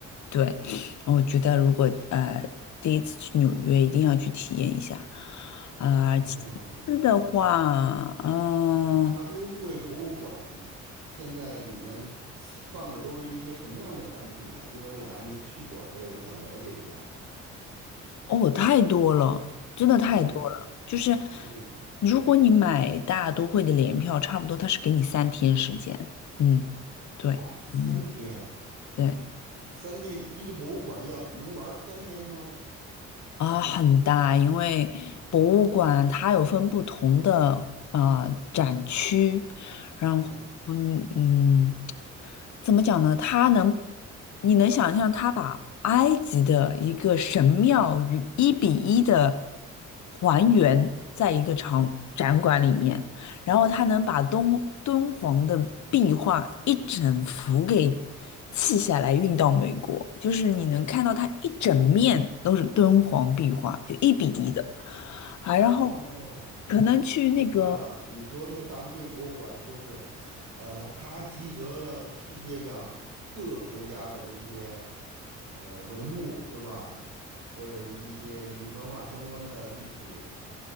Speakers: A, on the left; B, on the right.
A: 对，我觉得如果呃第一次去纽约，一定要去体验一下。啊、
B: 哦，
A: 其次的话，嗯、
B: 大都会博物馆现在里面放的都是一些什么样的展品呢？因为我还没去过，所以我想了解一下。
A: 哦，太多了，真的太多了。
B: 嗯
A: 就是
B: 嗯，
A: 如果你买大都会的联票，差不多它是给你三天时间。嗯，对，
B: 哇，三天，
A: 嗯，对。
B: 嗯，三天一个博物馆要能玩儿三天吗？
A: 啊，很大，因为博物馆它有分不同的啊展区，然后嗯嗯，
B: 嗯。
A: 怎么讲呢？它能，你能想象它把埃及的一个神庙与一比一的还原在一个场展馆里面。然后他能把敦敦煌的壁画一整幅给砌下来运到美国，就是你能看到它一整面都是敦煌壁画，就一比一的，还然后
B: 哦，
A: 可能去那个，
B: 我明白了。你说这个大都会博物馆就是，呃，它集合了世界上各个国家的这些呃文物，是吧？或者是一些与文化相关的历史